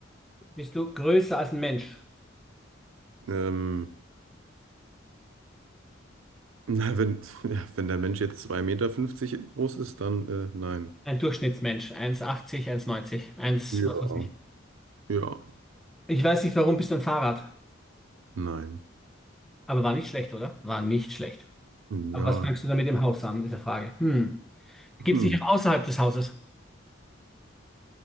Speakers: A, in the centre; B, on the right.
A: Bist du größer als ein Mensch?
B: Ähm, Na, wenn, ja, wenn der Mensch jetzt zwei Meter fünfzig groß ist, dann äh, nein.
A: Ein Durchschnittsmensch. 1,80, neunzig, eins
B: Ja.
A: was weiß ich.
B: Ja,
A: Ich weiß nicht, warum bist du ein Fahrrad?
B: nein.
A: Aber war nicht schlecht, oder? War nicht schlecht.
B: Hm,
A: Aber
B: Ja.
A: was fängst du da mit dem Haus an, ist die Frage. Hm. Gibt
B: Hm.
A: es dich auch außerhalb des Hauses?